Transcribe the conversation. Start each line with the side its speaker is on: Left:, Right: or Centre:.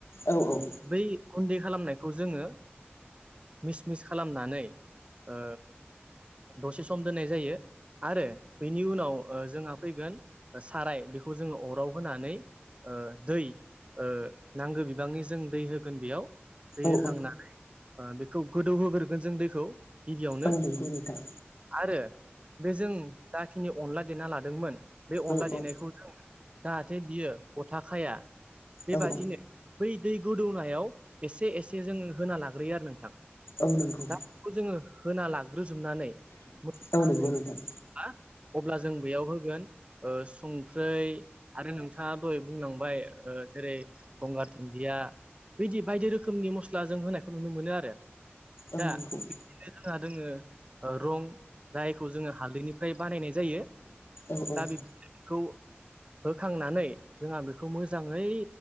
Left: औ औ।
Right: बै गुन्दै खालामनायखौ जोङो मिस मिस खालामनानै ओ दसे सम दोननाय जायो आरो बेनि उनाव ओ जोंहा फैगोन साराय बेखौ जोङो अराव होनानै ओ दै ओ नांगो बिबांनि जों दै होगोन बेयाव दै
Left: औ
Right: होखांनानै ओ बेखौ गोदौ होग्रोगोन जों दैखौ। गिबियावनो
Left: औ नंगौ नोंथां
Right: आरो बेजों जाखिनि अनला देना लादोंमोन बे अनला
Left: औ
Right: देनायखौ
Left: औ
Right: जों जाहाथे बियो गथा खाया बेबादिनो
Left: औ
Right: बै दै गोदौनायाव एसे एसे जोङो होना लाग्रोयो आरो नोंथां।
Left: औ नंगौ
Right: दा बेखौ जोङो होना लाग्रोजोबनानै मोजाङै
Left: औ नंगौ नोंथां
Right: आ अब्ला जों बेयाव होगोन। ओ संख्रै आरो नोंथाङा दहय बुंलांबाय ओ जेरै गंगार दुन्दिया बिदि बायदि रोखोमनि मस्ला जों होनायखौ नुनो मोनो आरो।
Left: ओ
Right: दा
Left: नोंगौ।
Right: <unintelligible> जोंहा दोङो। ओ रं जायखौ जोङो हालदैनिफ्राय बानायनाय जायो।
Left: औ औ
Right: दा बिबदिनो बेखौ होखांनानै जोंहा बेखौ मोजाङै